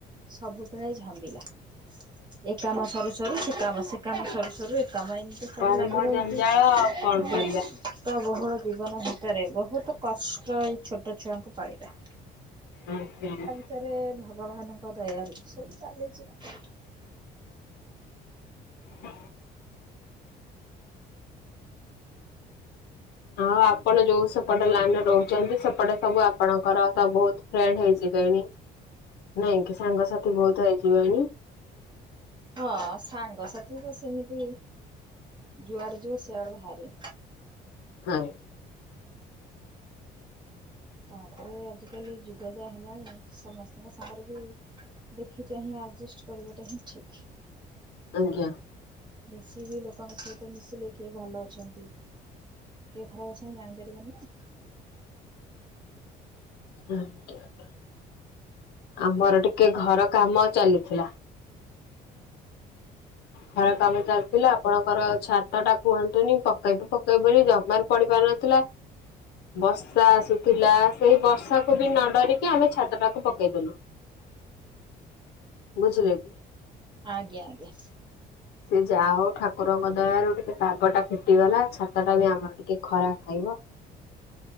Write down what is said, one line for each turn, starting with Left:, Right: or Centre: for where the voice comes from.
Right: ସବୁବେଳେ ଝାମିଲା। ଏ କାମ ସରୁ ସରୁ ସେ କାମ, ସେ କାମ ସରୁ ସରୁ ଏକାମ, ଏମିତି ସବୁ
Left: କର୍ମ
Right: ଲାଗି ରହିଛି।
Left: ଜଞ୍ଜାଳ
Right: <unintelligible>
Left: ଆଉ କଣ କରିବା।
Right: ଟ ବହୁଳ ଜୀବନ ଭିତରେ ବହୁତ କଷ୍ଟ ଏଇ ଛୋଟ ଛୁଆଙ୍କୁ ପାଳିବା।
Left: ହଁ ହଁ
Right: ହେଲେ ଭଗବାନଙ୍କ ଦୟାରୁ ସବୁ ଚାଲିଛି ଆଉ।
Left: ହ ଆଉ ଆପଣ ଯୋଉ ସେପଟେ ଲାଇନରେ ରହୁଛନ୍ତି ସେପଟେ ସବୁ ଆପଣଙ୍କର ତ ବହୁତ ଫ୍ରେଣ୍ଡ ହେଇଯିବେଣି ନାଇଁ କି ସାଙ୍ଗସାଥି ବହୁତ ହେଇଯିବେଣି।
Right: ହଁ ସାଙ୍ଗସାଥି ତ ସେମିତି ଯୁଆଡେ ଯିବ ସିଆଡେ ଭାରି।
Left: ହଁ।
Right: ତାପରେ ଆଜିକାଲି ଯୁଗ ଯାହା ହେଲାଣି ସମସ୍ତଙ୍କ ସାଙ୍ଗରେ ବି ଦେଖିଚାହିଁ ଆଡଜଷ୍ଟ କରିବାଟା ହିଁ ଠିକ୍।
Left: ଆଜ୍ଞା।
Right: ବେଶୀ ବି ଲୋକଙ୍କ ସହିତ ମିଶିଲେ କିଏ ଭଲ ଅଛନ୍ତି, କିଏ ଖରାପ ଅଛନ୍ତି ଜାଣିପାରିବେନି ନାଁ।
Left: ଆଜ୍ଞା ଆମର ଟିକେ ଘର କାମ ଚାଲିଥିଲା। ଘର କାମ ଚାଲିଥିଲା ଆପଣଙ୍କର ଛାତ ଟା କୁହନ୍ତୁନି ପକେଇବୁ ପକେଇବୁ ବୋଲି ଜମାରୁପଡି ପାରୁନ ଥିଲା। ବର୍ଷା ଆସୁଥିଲା, ସେଇ ବର୍ଷାକୁ ବି ନ ଡରିକି ଆମେ ଛାତଟାକୁ ପକେଇଦେଲୁ। ବୁଝିଲେ କି?
Right: ଆଜ୍ଞା ଆଜ୍ଞା।
Left: ସେଏ ଯାହା ହଉ ଠାକୁରଙ୍କ ଦୟାରୁ ଟିକେ ପାଗ ଟା ଫିଟିଗଲା ଛାତ ଟା ବି ଆମର ଟିକେ ଖରା ଖାଇବ।